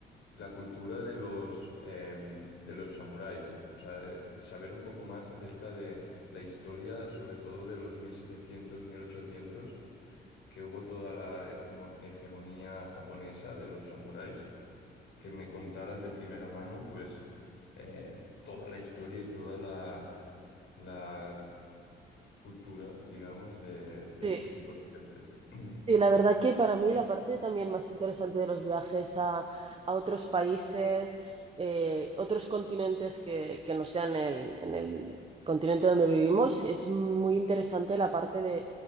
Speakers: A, on the left; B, on the right.
A: la cultura de los, em, de los samuráis, o sea, eh, saber un poco más acerca de la historia, sobre todo de los mil setecientos mil ochocientos que hubo toda la hegemo- hegemonía japonesa de los samuráis que me contaran de primera mano, pues eh, toda la historia y toda la, la cultura, digamos, de, de
B: Sí.
A: este tipo de gente. <clears throat>
B: Sí, la verdad que para mí la parte también más interesante de los viajes a, a otros países, eh, otros continentes que, que no sean el- en el continente donde vivimos, es muy interesante la parte de